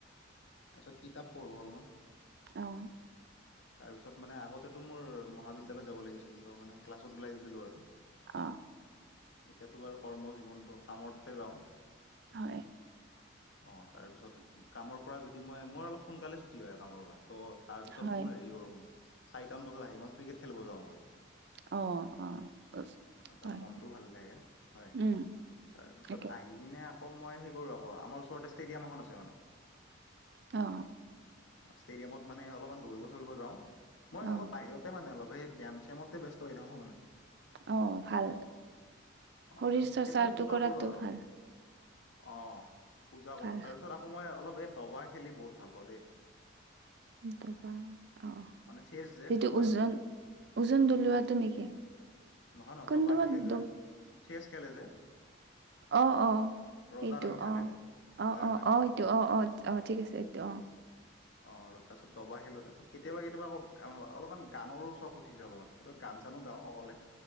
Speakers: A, on the left; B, on the right.
A: তাৰপিছত কিতাপ পঢ়ো অলপমান।
B: আহ।
A: তাৰপিছত মানে আগতেতো মোৰ মহাবিদ্যালয়ত যাব লাগিছিল, ত' মানে ক্লাছত ওলাই গৈছিলো আৰু।
B: অ।
A: এতিয়াতো বাৰু কৰ্ম জীৱনটো কামতে যাওঁ।
B: হয়।
A: অ, তাৰপিছত কামৰ পৰা যদি মই, মোৰ অলপ সোনকালে ছুটি হয় কামৰ পৰা। ত' তাৰপিছত
B: হয়
A: মোৰ হেৰি কৰোঁ মানে চাৰিটান বজাত আহি মই ক্ৰিকেট খেলিব যাওঁ অলপমান।
B: অ অ উচ-
A: অ তাৰ
B: হয়
A: মনটো ভাল লাগে হয়
B: উম
A: হয় তাৰপিছত
B: একে
A: আহি কিনে আ আকৌ মই সেই কৰো আকৌ আমাৰ ওচৰতে ষ্টেডিয়াম এখন আছে মানে
B: অ
A: ষ্টেডিয়ামত মানে অলপমান দৌৰিব চৌৰিব যাওঁ মই
B: অ
A: অলপ বাহিৰতে মানে অলপ সেই ব্যায়াম চামতে ব্যস্ত হৈ থাকো মানে
B: অ ভাল
A: অ
B: শৰীৰ
A: তাৰপিছত
B: চৰ্চাটো
A: কেতিয়াবা পূজা
B: কৰাটো
A: কৰো আৰু
B: ভাল
A: অ পূজা
B: ভাল
A: কৰো তাৰপিছত আকৌ মই অলপ এই দবা খেলি বহুত ভাল পাওঁ দেই
B: ত বা আহ
A: মানে চেছ যে
B: সেইটো
A: দবা
B: ওজন ওজন দলিৱাটো নেকি
A: নহয় নহয়
B: কণ্ডোৱাতটো
A: দবা খেলে যে চেছ খেলে যে
B: অ অ
A: ৰজা
B: সেইটো
A: ৰাণী থাকে।
B: অ অ
A: হয়
B: অ
A: হয়
B: অ সেটো অ অ অ ঠিক আছে এইটো অ
A: অ আৰু তাৰপিছত দবা খিলো তাৰপিত কেতিয়াবা কেতিয়াবা আকৌ অলপমান গানৰো চখ উঠিছে অলপমান কেতিয়াবা গান ধান চানো গাওঁ অকলে